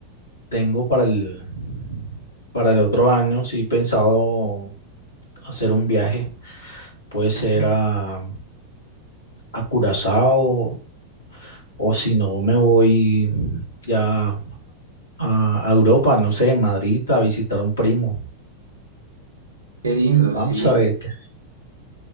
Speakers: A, on the left; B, on the right.
A: tengo para el, para el otro año, sí, pensado hacer un viaje, puede ser
B: Ajá.
A: a a Curazao O si no, me voy ya a, a Europa, no sé, Madrid, a visitar a un primo.
B: Qué lindo,
A: Vamos
B: sí.
A: a ver qué.